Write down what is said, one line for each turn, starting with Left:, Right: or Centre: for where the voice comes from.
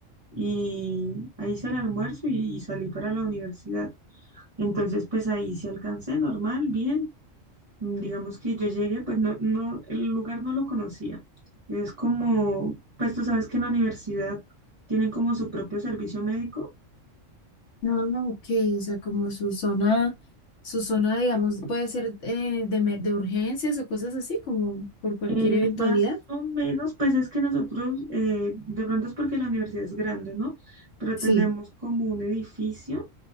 Right: y ahí hice el almuerzo y, y salí para la universidad. Entonces, pues ahí sí alcancé, normal, bien. Mm, Digamos que yo llegué, pues no, no, el lugar no lo conocía. Es como, pues tú sabes que en la universidad tienen como su propio servicio médico.
Left: No, no, ok. O sea, como su zona, su zona, digamos, puede ser eh, de, emer- de urgencias o cosas así, como por cualquier
Right: Eh,
Left: eventualidad.
Right: más o menos, pues es que nosotros, eh, de pronto es porque la universidad es grande, ¿no? Pero
Left: Sí.
Right: tenemos como un edificio,